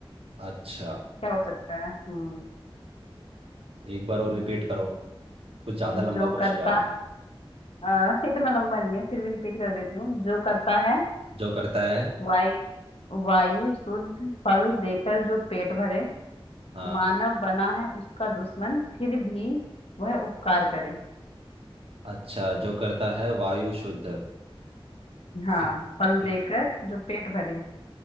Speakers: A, on the right; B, on the left.
A: अच्छा
B: क्या हो सकता है हम्म
A: एक बार और
B: हम्म,
A: रिपीट करो कुछ ज्यादा लंबा
B: जो
A: पूछ
B: करता
A: लिया आपने
B: अ, इतना लंबा नहीं है फिर भी रिपीट कर देती हूँ जो करता है
A: जो करता है
B: वायु वायु शुद्ध फल देकर जो पेट भरे
A: हाँ
B: मानव बना है उसका दुश्मन फिर भी वह उपकार करे
A: अच्छा जो करता है वायु शुद्ध
B: हाँ
A: फि-
B: फल
A: फि-
B: देकर जो पेट भरे